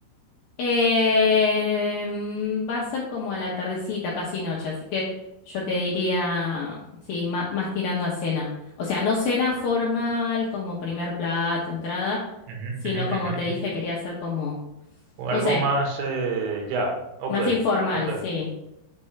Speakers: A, on the left (about 75°); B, on the right (about 85°).
A: Eh, mm, va a ser como a la tardecita, casi noche, así que yo te diría, sí, ma- más, tirando a cena. O sea, no cena formal como primer plato, entrada,
B: Ujú,
A: sino
B: ujú,
A: como
B: ujú,
A: te
B: ujú.
A: dije, quería hacer como,
B: O
A: no
B: algo
A: sé,
B: más, eh, ya, ok,
A: más informal,
B: ok.
A: sí.